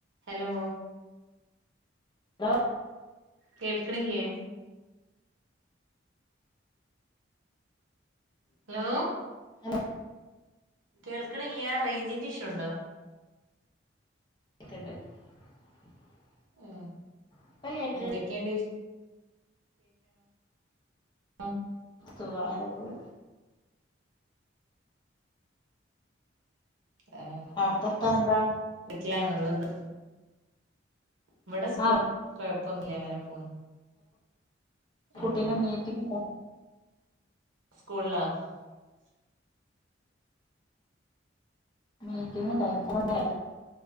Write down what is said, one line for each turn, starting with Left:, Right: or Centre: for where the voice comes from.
Right: Hello,
Left: ആ
Right: കേൾക്ക്നില്ലേ? Hello,
Left: <unintelligible>
Right: കേൾക്ക്നില്ലാ, റേഞ്ചിന്റെ ഇഷുണ്ടോ?
Left: <unintelligible>
Right: ആ,
Left: ഇപ്പ കേക്ക്ണ്ട്
Right: എന്തൊക്കെണ്ട്? <unintelligible>
Left: സുഖ, അങ്ങനെ പോണ്.
Right: ആ,
Left: അവിടുത്തെ വർത്താനം എന്താ
Right: വീട്ടിലാണ്ള്ളത്? ഇവടെ സുഖം,
Left: ആഹ്
Right: കൊഴപ്പൊന്നുല്ലാ അങ്ങനെ പോണ്. ഉം
Left: കുട്ടിന, മീറ്റിങ്ണ്ട?
Right: <unintelligible>
Left: മീറ്റിങ്, ണ്ടായി